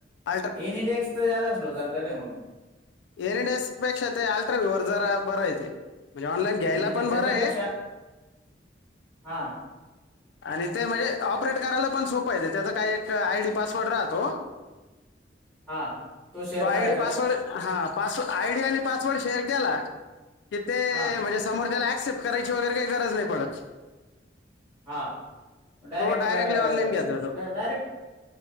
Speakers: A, on the left; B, in the centre.
A: अल्ट्रा
B: एन डेक्स तर जा असलो चालत रे म्हणून
A: एन डेस्पेक्षा ते अलट्राव्यवर जरा बरयते म्हणजे ऑनलाईन घ्यायला
B: नाही नाही
A: पण
B: त्याच्यापेक्षा
A: बरं आहे
B: हां
A: आणि ते म्हणजे ऑपरेट करायला पण सोपं येत त्याचं काय एक आय डी पासवर्ड राहतो
B: हां शेअर
A: तो आयडी
B: करायचा
A: पासवर्ड
B: का
A: हा पास आयडी आणि पास शेअर केला तिथे
B: हां
A: म्हणजे समोरच्यायला एक्सेप्ट करायची वगैरे काही गरज नाही पडत
B: हा डायरेक्ट
A: तो डायरेक्टली ऑनलाईन घेतो तो
B: डायरेक्ट